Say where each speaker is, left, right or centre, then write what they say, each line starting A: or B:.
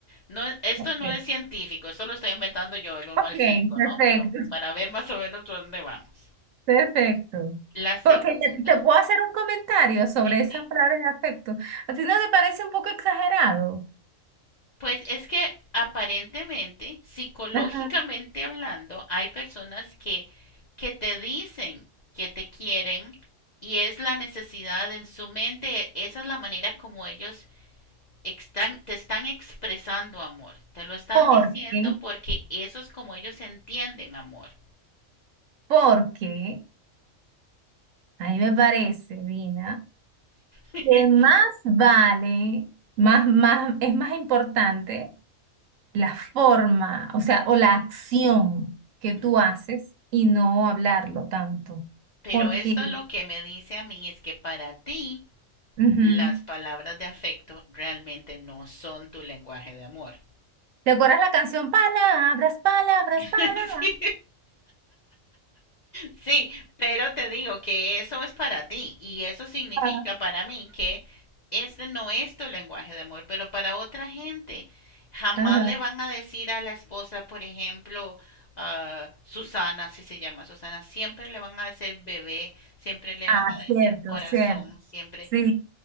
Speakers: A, on the left; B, on the right.
A: No, esto
B: Ok,
A: no es científico, esto lo estoy inventando yo, el uno
B: Ok,
A: al cinco
B: perfecto,
A: ¿no? Pero para ver más o menos dónde vamos.
B: perfecto.
A: La segunda,
B: Porque te, te puedo hacer un comentario sobre
A: sí,
B: esas
A: sí.
B: palabras de afecto. ¿A ti no te parece un poco exagerado?
A: Pues es que aparentemente, psicológicamente
B: Ajá.
A: hablando, hay personas que, que te dicen que te quieren y es la necesidad en su mente, esa es la manera como ellos están, te están expresando amor, te lo están
B: ¿Por
A: diciendo
B: qué?
A: porque eso es como ellos entienden amor.
B: Porque a mí me parece, Dina,
A: <laughs>
B: que más vale, más, más, es más importante la forma, o sea, o la acción que tú
A: Mm.
B: haces y no hablarlo tanto.
A: Pero
B: Porque,
A: esto lo que me dice a mí es que para ti
B: ujú.
A: las palabras de afecto realmente no son tu lenguaje de amor.
B: ¿Te acuerdas la canción Palabras, palabras,
A: <laughs>
B: palabras?
A: Sí. Sí, pero te digo que eso es para ti y eso significa
B: <laughs>
A: para mí que este no es tu lenguaje de amor, pero para otra gente jamás
B: Ajá.
A: le van a decir a la esposa, por ejemplo, ah, Susana, si se llama Susana, siempre le van a decir bebé, siempre le
B: Ah,
A: van a decir
B: cierto,
A: corazón,
B: cierto.
A: siempre,
B: Sí.